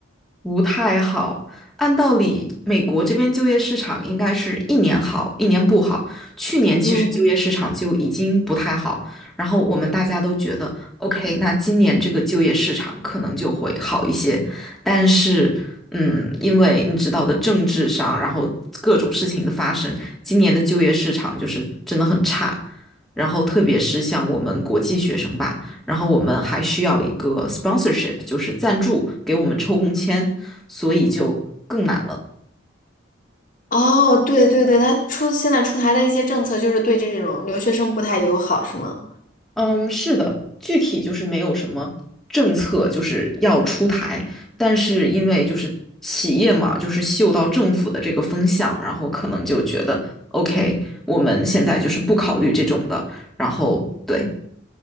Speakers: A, in the centre; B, on the left.
A: 不太好。按道理，美国这边就业市场应该是一年好，一年不好。去年其实就业市场就已经不太好，
B: 嗯。
A: 然后我们大家都觉得，OK，那今年这个就业市场可能就会好一些。但是，嗯，因为你知道的，政治上，然后各种事情的发生，今年的就业市场就是真的很差。然后，特别是像我们国际学生吧，然后我们还需要一个 sponsorship，就是赞助给我们抽工签，所以就更难了。
B: 哦，对对对，他出现在出台的一些政策就是对这种留学生不太友好，是吗？
A: 嗯，是的，具体就是没有什么政策就是要出台，但是因为就是企业嘛，就是嗅到政府的这个风向，然后可能就觉得 OK，我们现在就是不考虑这种的，然后对，